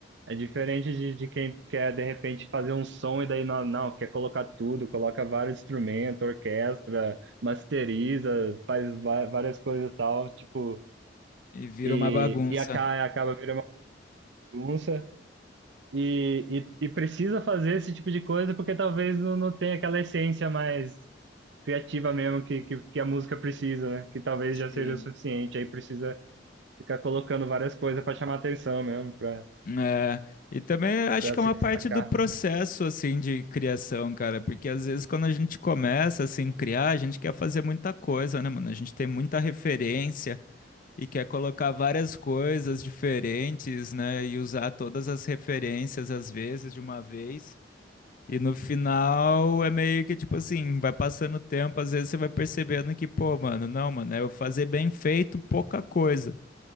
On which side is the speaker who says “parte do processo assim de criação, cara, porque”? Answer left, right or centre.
Left